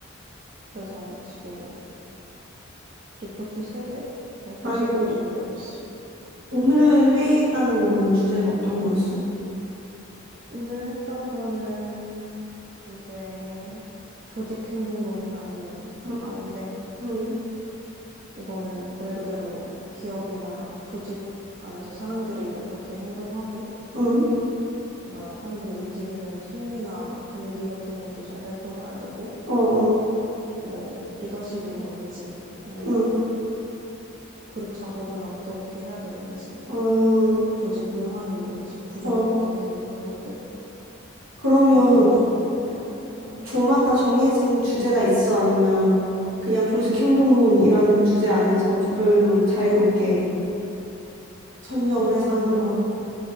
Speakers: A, on the right; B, on the right.
A: 그래서 지금 리포트 3개, 발표
B: 아이고.
A: 3개 준비하고 있어.
B: 오늘 회의했다는 거는 주제가 어떤 거였어?
A: 오늘 했던 거는 이제 조직행동론이라는
B: 응,
A: 강의인데
B: 응.
A: 이거는 말 그대로 기업이나 조직 안에서 사람들이 어떻게 행동하고
B: 응,
A: 뭔가 사람들이 움직이는 심리나 동기 같은 것도 잘 살펴봐야 되고
B: 어, 어,
A: 뭐 리더십이 뭔지 아니면
B: 응,
A: 그룹 작업은 어떻게 해야 되는지
B: 어,
A: 조직 문화는 뭔지 구조는
B: 어.
A: 어떤지 뭐 그런 것들
B: 그러면
A: 다루는 수업이야. 음,
B: 조마다 정해진 주제가 있어? 아니면 그냥 조직행동론이라는 주제 안에서 조별로 자유롭게 선정을
A: 음
B: 해서 하는 거야?